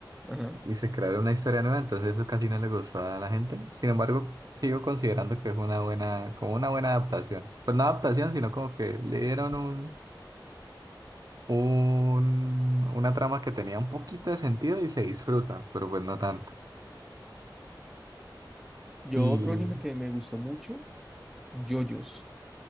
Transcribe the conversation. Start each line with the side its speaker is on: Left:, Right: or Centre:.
Centre: Ajá.
Right: y se crearon una historia nueva, entonces eso casi no le gustó a la gente. Sin embargo, sigo considerando que es una buena, como una buena adaptación. Pues no adaptación, sino como que le dieron un un- una trama que tenía un poquito de sentido y se disfruta, pero pues no tanto.
Centre: Yo
Right: Y
Centre: otro anime que me gustó mucho, JoJo's.